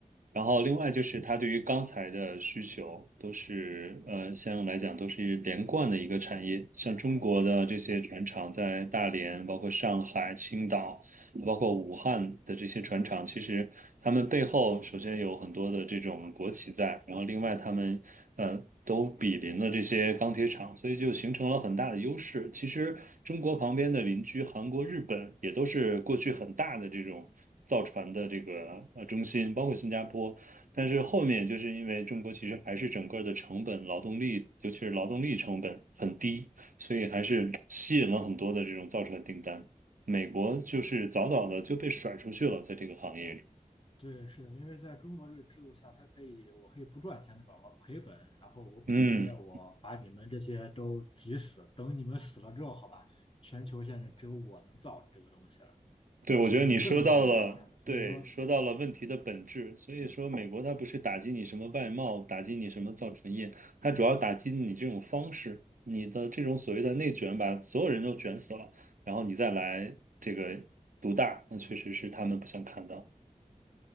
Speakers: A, on the right; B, on the left.
A: 然后另外就是它对于钢材的需求都是，呃，相应来讲都是连贯的一个产业。像中国的这些船厂在大连、包括上海、青岛。包括武汉的这些船厂，其实他们背后首先有很多的这种国企在，然后另外他们呃都比邻了这些钢铁厂，所以就形成了很大的优势。其实中国旁边的邻居韩国、日本也都是过去很大的这种造船的这个呃中心，包括新加坡。但是后面就是因为中国其实还是整个的成本、劳动力，尤其是劳动力成本很低，所以还是吸引了很多的这种造船订单。美国就是早早的就被甩出去了，在这个行业里。
B: 对，是的，因为在中国这个制度下，它可以，我可以不赚钱，的，吧？我赔本，然后我补贴，
A: 嗯，
B: 我把你们这些都挤死，等你们死了之后，好吧，全球现在只有我能造这个东西了，
A: 对，
B: 然后是用这种模式发展的，
A: 我觉得你说到了，对，
B: 所以说，
A: 说到了问题的本质。所以说，美国它不是打击你什么外贸，打击你什么造船业，它主要打击你这种方式，你的这种所谓的内卷，把所有人都卷死了，然后你再来这个独大，那确实是他们不想看到。